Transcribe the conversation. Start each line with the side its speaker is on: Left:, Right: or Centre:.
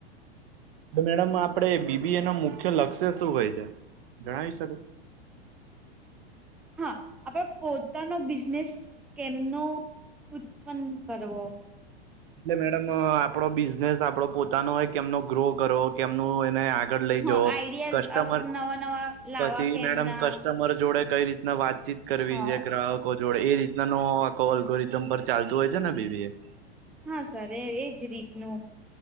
Right: તો મેડમ આપડે બીબી એ નુ મુખ્ય લક્ષ્ય શું હોય છે. ઘણા હિસાે <unintelligible>
Centre: હા આપણે પોતાનો બિઝનેસ કેમનો ઉત્પન્ન કરવો
Right: એટલે મેડમ આપડો બિઝનેસ આપડો પોતાનો હોય કેમનો ગ્રો કરો એમનું એને. આગળ લઈ
Centre: હા
Right: જવો
Centre: આઈડિયાઝ
Right: કસ્ટમર
Centre: નવા નવા લાવવા
Right: પછી
Centre: કેમના
Right: મેડમ કસ્ટમર જોડે કઈ રીતના વાતચીત કરવી
Centre: હા
Right: છે ગ્રાહકો જોડે એ રીતના નો આખો ઓલ્ગોરિધમ પર ચાલતું હોય છે ને બીબી એ.
Centre: હા સર એ એજ રીતનું